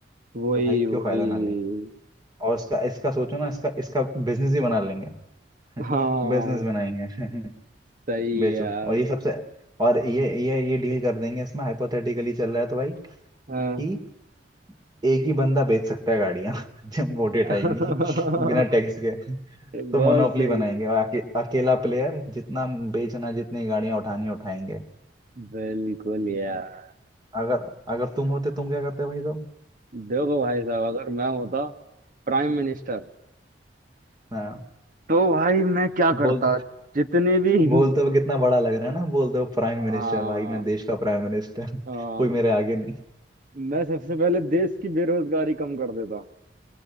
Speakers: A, on the right; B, on the right.
A: वही
B: तो भाई क्यों
A: वही
B: फायदा ना लें और इसका इसका सोचो ना इसका इसका बिजनेस ही बना लेंगे <laughs>
A: हाँ
B: बिजनेस बनाएंगे
A: सही
B: <laughs> बेचो
A: है यार
B: और ये सबसे और ये ये ये डील कर देंगे इसमें हाइपोथेटिकली चल रहा है तो भाई
A: हाँ
B: कि एक ही बंदा बेच सकता है गाड़ियां <laughs> जब वोटें
A: <laughs>
B: आएंगी बिना टैक्स के तो
A: बहुत
B: मोनोपोली
A: सही
B: बनाएंगे आके, अकेला प्लेयर जितना बेचना जितनी गाड़ियां उठानी उठाएंगे
A: बिल्कुल यार
B: अगर अगर तुम होते तुम क्या करते भाई साहब
A: देखो भाई साहब अगर मैं होता प्राइम मिनिस्टर
B: हाँ
A: तो भाई मैं क्या करता
B: बोल
A: जितने भी
B: बोलते
A: <laughs>
B: हुए कितना बड़ा लग रहा है ना बोलते हुए प्राइम
A: हाँ
B: मिनिस्टर भाई मैं देश का प्राइम मिनिस्टर <laughs>
A: हाँ,
B: कोई मेरे आगे नहीं
A: मैं सबसे पहले देश की बेरोजगारी कम कर देता